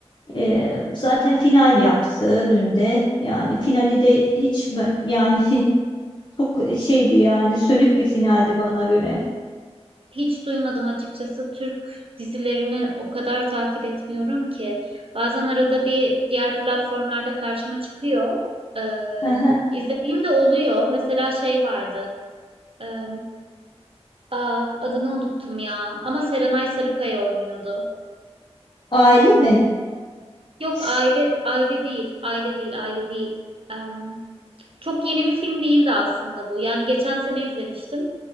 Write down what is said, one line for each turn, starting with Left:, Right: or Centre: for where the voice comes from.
Left: Ee, zaten final yaptı dün de. Yani finali de hiç be- yani <laughs> çok şeydi yani sönük bir finaldi bana göre.
Right: Hiç duymadım açıkçası. Türk dizilerini o kadar takip etmiyorum ki. Bazen arada bir diğer platformlarda karşıma çıkıyor. Ee,
Left: Aha.
Right: izlediğim de oluyor. Mesela şey vardı. Ee, ah, adını unuttum ya. Ama Serenay Sarıkaya oynuyordu.
Left: Aile mi?
Right: Yok
Left: Ş-
Right: aile aile değil. Aile değil. Aile değil. Ee, çok yeni bir film değildi aslında bu. Yani geçen sene izlemiştim.